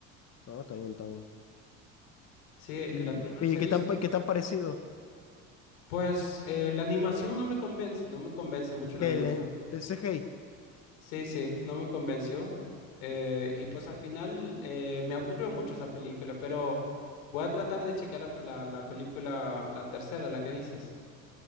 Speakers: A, on the left (about 40°); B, on the left (about 75°).
A: No, está bien, está bien.
B: Sí,
A: ¿Y,
B: las primeras
A: y
B: he
A: qué
B: visto.
A: tan, pa- qué tan parecido
B: Pues eh, la animación no me convence, no me convence mucho la
A: que
B: animación.
A: el, del CGI?
B: Sí, sí, no me convenció. Eh, y pues al final eh, me aburrió mucho esa película, pero voy a tratar de chequear la, la, la película, la tercera, la que dices.